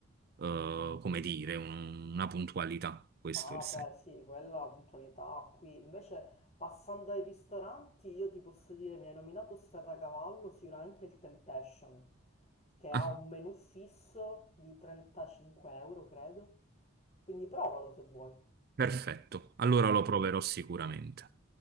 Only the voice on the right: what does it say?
eh, come dire, un- una puntualità. Questo
è il senso.
Ah,
perfetto. Allora lo proverò sicuramente.